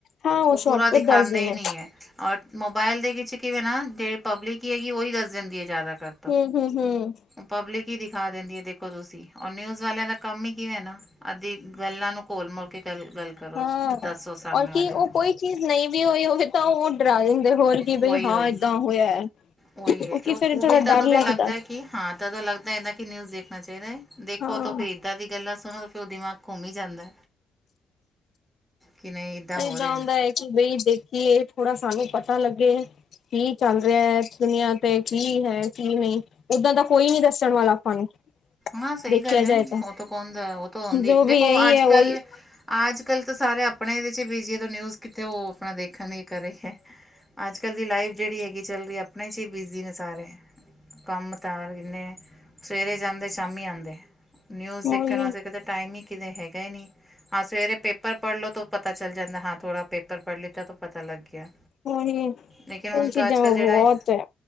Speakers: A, on the left; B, in the centre.
A: ਹਾਂ
B: ਉਹ
A: ਸ਼ੋਰਟਕਟ
B: ਪੂਰਾ ਦਿਖਾਉਂਦੇ
A: ਦੱਸਦੇ ਨੇ
B: ਈ ਨਹੀਂ ਐ। ਔਰ ਮੋਬਾਇਲ ਦੇ ਵਿੱਚ ਕਿਵੇਂ ਨਾ ਜਿਹੜੀ ਪਬਲਿਕ ਈ ਉਹੀ ਦੱਸ ਦਿੰਦੀ ਐ ਜ਼ਿਆਦਾ ਕਰ ਤੋਂ
A: ਹੂੰ ਹੂੰ ਹੂੰ
B: ਪਬਲਿਕ ਹੀ ਦਿਖਾ ਦਿੰਦੀ ਹੈ ਦੇਖੋ ਤੁਸੀਂ ਰ ਨਿਊਜ਼ ਵਾਲਿਆਂ ਦਾ ਕੰਮ ਹੀ ਕਿਵੇਂ ਨਾ ਅਧੀ ਗੱਲਾਂ ਨੂੰ ਘੋਲ ਮੋਲ ਕੇ ਗੱਲ, ਗੱਲ ਕਰੋ
A: ਹਾਂ
B: ਦੱਸੋ ਸਾਹਮਣੇ
A: ਔਰ
B: ਵਾਲੇ
A: ਕੀ ਉਹ
B: ਨੂੰ
A: ਕੋਈ ਚੀਜ਼ ਨਹੀਂ ਵੀ ਹੋਈ ਹੋਵੇ ਤਾਂ ਉਹ ਡਰਾਇਨ ਹੋਰ ਕੀ
B: ਉਹੀ
A: ਬਈ ਹਾਂ
B: ਉਹੀ
A: ਏਦਾਂ ਹੋਇਆ
B: ਉਹੀ ਹੈ
A: ਉਹ ਕੀ ਫੇਰ ਥੋੜਾ
B: ਵੀ ਤਦੋਂ
A: ਡਰ ਲੱਗਦਾ।
B: ਵੀ ਹੈ ਕਿ ਹਾਂ ਤਾਂ ਤਾਂ ਲੱਗਦਾ ਇਦ ਕਿ ਨਿਊਜ਼ ਦੇਖਣਾ ਚਾਹੀਦਾ ਹੈ। ਦੇਖੋ
A: ਹਾਂ।
B: ਤਾਂ ਫਿਰ ਏਦਾਂ ਦੀ ਗੱਲਾਂ ਸੁਣੋ ਫਿਰ ਉਹ ਦਿਮਾਗ ਘੁੰਮੀ ਜਾਂਦਾ। ਕਿ ਨਹੀਂ। ਇੱਦਾਂ ਹੋ
A: ਏਦਾਂ
B: ਰਿਹਾ
A: ਹੁੰਦਾ ਹੈ ਕਿ ਬਈ ਦੇਖੀਏ ਥੋੜਾ ਸਾਨੂੰ ਪਤਾ ਲੱਗੇ। ਕੀ ਚੱਲ ਰਿਹਾ ਹੈ ਦੁਨੀਆਂ ਤੇ ਕੀ ਹੈ ਕੀ ਨਹੀਂ। ਏਦਾਂ ਦਾ ਕੋਈ ਨੀ ਦੱਸਣ ਵਾਲਾ ਆਪਾਂ ਨੂੰ
B: ਹਾਂ ਸਹੀ
A: ਦੇਖਿਆ
B: ਗੱਲ ਹੈ
A: ਜਾਏ
B: ਉਹ ਤਾਂ ਕੌਣਦਾ ਉਹ ਤਾਂ ਹੁੰਦੀ
A: ਜੋ
B: ਦੇਖੋ
A: ਵੀ ਇਹੀ
B: ਅੱਜ
A: ਹੈ
B: ਕੱਲ
A: ਉਹੀ
B: ਅੱਜ ਕੱਲ੍ਹ ਤਾਂ ਸਾਰੇ ਆਪਣੇ ਇਹਦੇ ਚ ਬੀਜੀਏ ਤੋਂ ਨਿਊਜ਼ ਕਿੱਥੇ ਉਹ ਆਪਣਾ ਦੇਖਣ ਗੇ। ਕਰੇ ਹੈ ਅੱਜ ਕੱਲ੍ਹ ਦੀ ਲਾਈਫ ਜਿਹੜੀ ਹੈਗੀ ਚੱਲ ਰਹੀ। ਨਹੀ ਸੀ ਬਿਜੀ ਨੇ ਸਾਰੇ ਕੰਮ ਕਾਰ ਇਨੇ ਸਵੇਰੇ ਜਾਂਦੇ ਸੀ। ਸ਼ਾਮੀ ਆਉਂਦੇ ਨਿਊਜ਼ ਦੇਖਣ
A: ਉਹੀ
B: ਵਾਸਤੇ ਕਤੇ ਟਾਈਮ ਹੀ ਕਿਤੇ ਹੈਗਾ ਹੀ ਨਹੀਂ। ਹਾਂ ਸਵੇਰੇ ਪੇਪਰ ਪੜ੍ਹ ਲਓ ਤਾਂ ਪਤਾ ਚੱਲ ਜਾਂਦਾ ਹਾਂ ਥੋੜ੍ਹਾ ਪੇਪਰ ਪੜ੍ਹ ਲਿੱਤਾ ਤਾਂ ਪਤਾ ਲੱਗ ਗਿਆ।
A: ਹ ਇਹ
B: ਲੇਕਿਨ ਹੁਣ
A: ਚੀਜ਼ਾਂ
B: ਤਾਂ ਅੱਜ
A: ਬਹੁਤ
B: ਕੱਲ੍ਹ ਜਿਹੜਾ ਹੈ
A: ਏ।